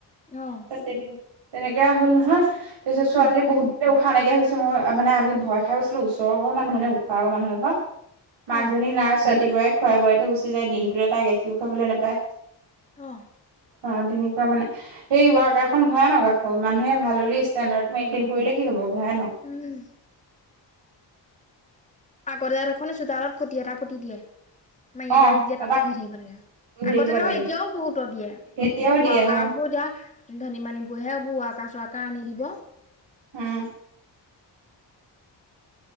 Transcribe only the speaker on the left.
অ
উম
অ
অ'।
উম। আগতে দেখোন চোতালত খুতি এটা পুতি দিয়ে। মাৰী
এডাল দিয়ে,
তাতে ঘূৰি থাকিব লাগে।
আগতে
নহয়,
এতিয়াও বহুত দিয়ে।
ৱকাৰবোৰ
দিয়া ধনী মানুহবোৰহে, এবোৰ ৱাকাৰ-চোৱাক আনি দিব।